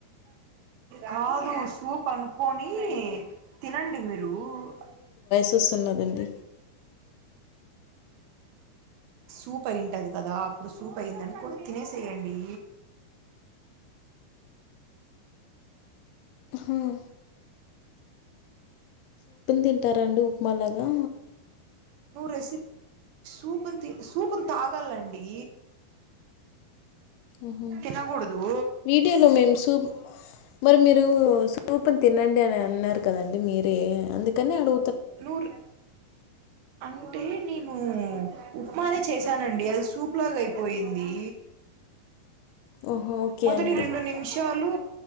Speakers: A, on the right; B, on the left.
A: కాదు సూప్ అనుకోనీ. తినండి మీరూ ఊ.
B: చూస్తున్నాదండి.
A: సూప్ అయియున్టది కదా అప్పుడు సూప్ అయ్యిందనుకని తినేసేయండి.
B: హు ఊ. తింటారండి ఉప్మాలాగా
A: నువ్వు రెసి. సూపుని తి సూపుని తాగాలండి.
B: ఆహా.
A: తినగూడదూ.
B: వీడియోలో మేము సూప్ మరి మీరూ సూపుని తినండి అని అన్నారు కదండి మీరే అందుకని అడు.
A: నూర్. అంటే నేను ఉప్మానే చేశానండి అస్స్. తూప్ లాగా అయిపోయింది.
B: ఓహో ఓకే
A: మొదటి
B: అండి
A: రెండు నిమిషాలూ